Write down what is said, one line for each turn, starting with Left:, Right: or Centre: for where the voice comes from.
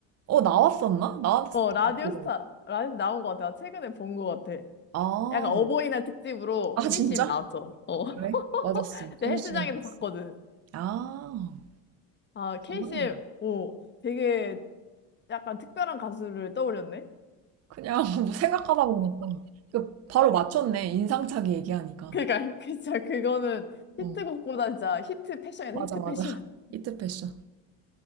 Right: 어, 나왔었나? 나왔을
Left: 어, 라디오스타.
Right: 거
Left: 라디오 나온 것 같아. 나 최근에 본 것 같아.
Right: 아,
Left: 약간 어버이날 특집으로
Right: 아,
Left: KCM
Right: 진짜?
Left: 나왔어. 어. <laughs>
Right: 그래? 맞았어. 케이실이었어.
Left: 내 헬스장에서 봤거든.
Right: 아,
Left: 아, KCM,
Right: 그렇구나.
Left: 오, 되게 약간 특별한 가수를 떠올렸네?
Right: 그냥 <laughs> 뭐 생각하다 보니까. 그 바로 맞췄네. 인상착의 얘기하니까.
Left: 그니까, <laughs> 진짜 그거는
Right: 어,
Left: 히트곡보다 진짜 히트 패션이다,
Right: 맞아,
Left: 히트
Right: 맞아.
Left: 패션.
Right: 이트 패션.